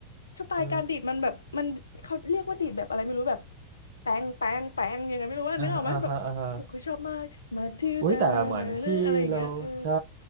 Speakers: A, on the left (about 75°); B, on the right (about 60°).
A: สไตล์การดีดมันแบบมันเขาเรียกว่าดีดแบบอะไรไม่รู้แบบ
B: เออ
A: แปงแปงแปงยังไงไม่รู้ว่านึกออกไหมแบบโอ้โหคือชอบมากมาทิวดาเนอะอะไรอย่างเงี้ยเออ
B: อ่าอ่าฮะอ่าฮะอุ้ยแต่เหมือนที่เราใช่